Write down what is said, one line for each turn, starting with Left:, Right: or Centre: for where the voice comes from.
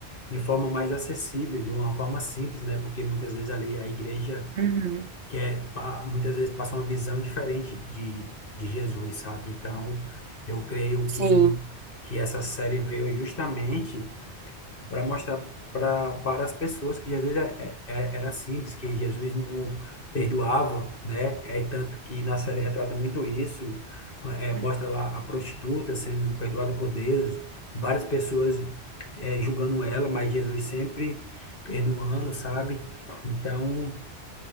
Left: de forma mais acessível, de uma forma simples, né? Porque muitas vezes ali a igreja
Right: Uhum.
Left: quer, pa- muitas vezes passa uma visão diferente de, de Jesus, sabe? Então, eu creio
Right: Sim.
Left: que, que essa série veio justamente para mostrar pra, para as pessoas que Jesus é, é- é, era simples, que Jesus não perdoava, né? É tanto que na série retrata muito isso, é, mostra
Right: Uhum.
Left: lá a prostituta sendo perdoada por Deus, várias pessoas é, julgando ela, mas Jesus sempre perdoando, sabe? Então,